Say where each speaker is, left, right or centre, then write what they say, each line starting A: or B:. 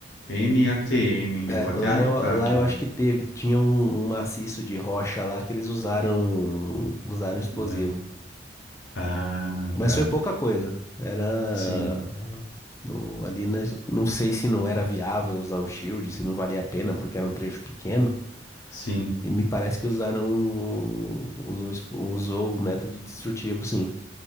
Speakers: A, on the left; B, on the left.
A: NATM.
B: É,
A: Eu vou até
B: lá
A: anotar
B: eu, lá
A: aqui.
B: eu acho que teve. Tinha um, um maciço de rocha lá que eles usaram, usaram explosivo.
A: né? Ah,
B: Mas
A: tá.
B: foi pouca coisa. Era.
A: Sim,
B: no- ali na- não sei se não era viável usar um shield, se não valia a pena, porque era um trecho pequeno.
A: sim.
B: E me parece que usaram. Usou, expl- usou o método destrutivo, sim.